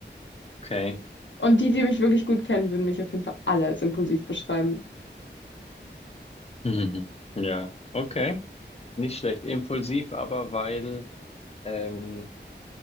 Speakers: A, on the left (about 35°); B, on the left (about 80°).
A: Okay.
B: Und die, die mich wirklich gut kennen, würden mich auf jeden Fall alle als impulsiv beschreiben.
A: <laughs> Mhm. Ja, okay. Nicht schlecht. Impulsiv, aber weil, ähm,